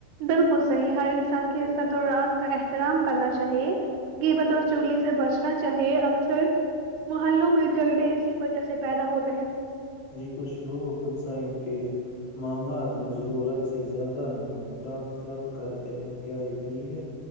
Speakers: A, on the right; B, on the left.
A: بالکل صحیح ہر انسان کی عزت اور راز کا احترام کرنا چاہیے گبت اور چولی سے بچنا چاہیے اکثر محلوں میں جگڑے اسی وجہ سے پیدا ہوتے ہیں
B: جی کچھ لوگ ہممسایوں کے معاملات میں ضرورت سے زیادہ مداخلت کرتے ہیں کیا یہ ٹھیک ہے